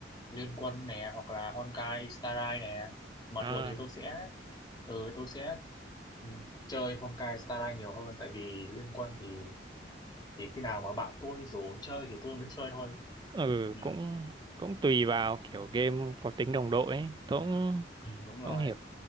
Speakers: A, on the left (about 25°); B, on the right (about 25°).
A: Liên Quân nè hoặc là Honkai Star Rail nè mà
B: à
A: thường thì tôi sẽ ừ, tôi sẽ ừ, chơi Honkai Star Rail nhiều hơn tại vì Liên Quân thì chỉ khi nào mà bạn tôi rủ chơi thì tôi mới chơi thôi
B: ừ
A: ừ,
B: cũng cũng tùy vào kiểu game có tính đồng đội ấy tôi cũng
A: ừ đúng rồi
B: không hiểu